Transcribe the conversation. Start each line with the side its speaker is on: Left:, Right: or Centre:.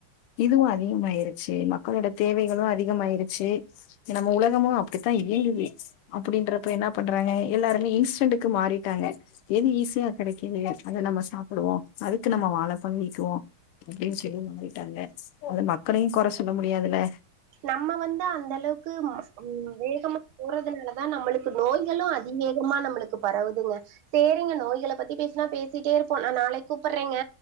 Left: இதுவும் அதிகமாயிருச்சு மக்களோட தேவைகளும் அதிகமயிருச்சு நம்ம உலகமும் அப்படித்தா இயங்கது அப்டின்றப்ப என்ன பண்றாங்க எல்லாரு இன்ஸ்டன்க்கு மாறிட்டாங்க எது ஈஸியா கெடைக்குது அத நம்ம சாப்பிடுவோ அதுக்கு நம்ம வாழபழகிக்குவோ அப்டின்னு சொல்லி மாறிட்டாங்க அது மக்களையு கொறை சொல்ல முடியாதுல
Right: நம்ம வந்து அந்த அளவுக்கு வேகமா போறதுனாலதா நம்மளுக்கு நோய்களு அதிவேகமா நம்மளுக்கு பரவுதுங்க சேரிங்க நோய்கள பத்தி பேசுனா பேசிட்டே இருப்போ நா நாளைக்கு கூப்ட்றேங்க